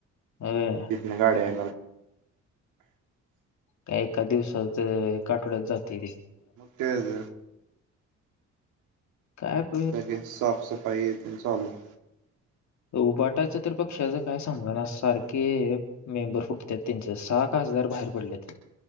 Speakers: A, on the left (about 65°); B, on the right (about 80°).
A: हय.
B: <inaudible> नाही गाड्या
A: काय एका दिवसाच <inaudible> एका आठवड्यात <inaudible> जातय होय.
B: त्याज.
A: काय प
B: लगेच साफसफाई हे ते चालू.
A: उबाटाच्या तर पक्षाचं काय समजना सारखे मेंबर फुटत्यात त्यांची सहा खासदार बाहेर पडलेत.